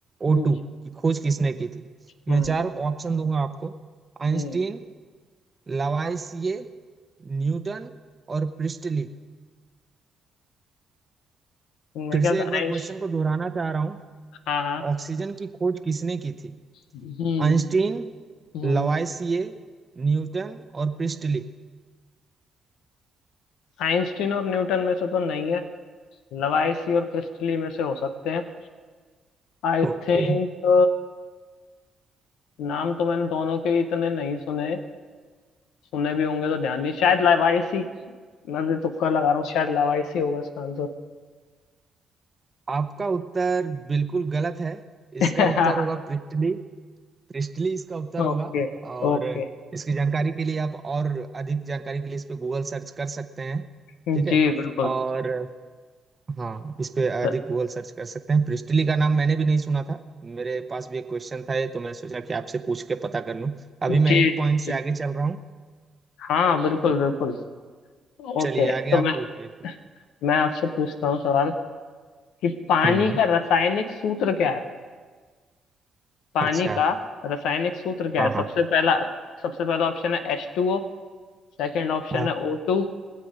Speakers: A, on the right; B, on the left.
A: O2
B: जी,
A: की खोज किसने की थी
B: हम्म
A: मैं चार ऑप्शन दूंगा आपको आइंस्टीन
B: हम्म
A: लवाइसिए न्यूटन और प्रिस्टली
B: मेरे
A: फिर
B: ख्याल
A: से
B: से
A: एक बार
B: आइंस
A: क्वेश्चन को दोहराना चाह रहा हूँ
B: हाँ हाँ।
A: ऑक्सीजन की खोज किसने की थी
B: हम्म
A: आइंस्टीन
B: हम्म
A: लवाइसिए न्यूटन और प्रिस्टली
B: आइंस्टीन और न्यूटन में से तो नहीं है लवाइसी और प्रिस्टली में से हो सकते हैं I
A: ओके
B: think नाम तो मैंने दोनों के इतने नहीं सुने सुने भी होंगे तो ध्यान नहीं शायद लवाइसी मैं भी तुक्का लगा रहा हूँ शायद लवाइसी होगा इसका आंसर
A: आपका उत्तर बिल्कुल गलत है
B: <laughs>
A: इसका उत्तर होगा प्रिस्टली क्रिस्टली इसका उत्तर
B: Okay
A: होगा और
B: okay
A: इसकी जानकारी के लिए आप और अधिक जानकारी के लिए इस पे गूगल सर्च कर सकते हैं
B: जी
A: ठीक है
B: बिल्कुल
A: और हाँ इस पे अधिक
B: सर,
A: गूगल सर्च कर सकते हैं प्रिस्टली का नाम मैंने भी नहीं सुना था मेरे पास भी एक क्वेश्चन था ये तो मैं सोचा कि आपसे पूछ के पता कर लूं अभी
B: जी
A: मैं एक
B: जी
A: पॉइंट से
B: जी
A: आगे चल रहा हूँ
B: हाँ बिल्कुल बिल्कुल ओके
A: चलिए आगे
B: तो मैं
A: आप पूछिए
B: मैं आपसे पूछता हूँ सवाल कि पानी
A: हम्म
B: का रासायनिक सूत्र क्या है पानी
A: अच्छा
B: का रासायनिक सूत्र क्या
A: हाँ
B: है सबसे
A: हाँ
B: पहला सबसे पहला ऑप्शन है H two O Second option
A: हाँ
B: है ओ टू